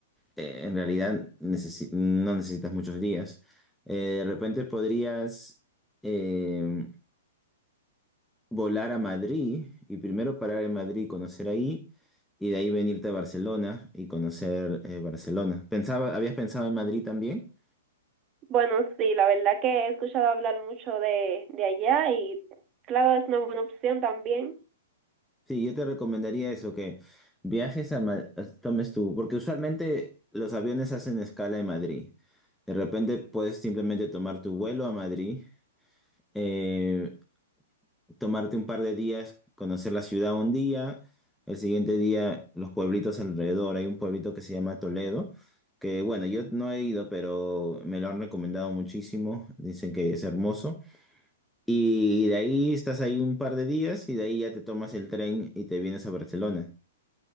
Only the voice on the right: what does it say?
Bueno, sí, la verdad que he escuchado hablar mucho de, de allá y claro, es una buena opción también.